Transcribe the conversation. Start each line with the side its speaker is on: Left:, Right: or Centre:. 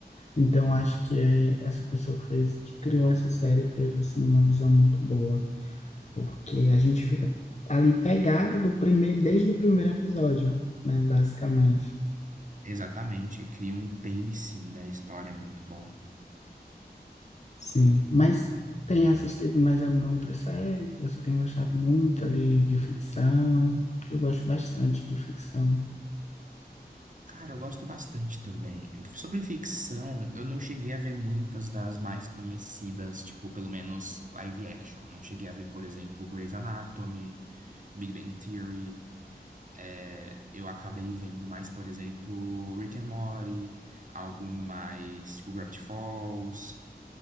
Left: Então acho que é essa pessoa que fez, que criou essa série teve assim uma visão muito boa, porque a gente fica ali pegado do primeiro, desde o primeiro episódio, né? Basicamente.
Right: Exatamente, cria um pacing da história muito bom.
Left: Sim, mas tem assistido mais alguma outra série que você tem gostado muito ali de ficção? Que eu gosto bastante de ficção.
Right: Cara, eu gosto bastante também. Sobre ficção, eu não cheguei a ver muitas das mais conhecidas, tipo, pelo menos live action. Não cheguei a ver, por exemplo, Grey's Anatomy, Big Bang Theory. É, eu acabei vendo mais, por exemplo, Rick and Morty, algo mais tipo Gravity Falls.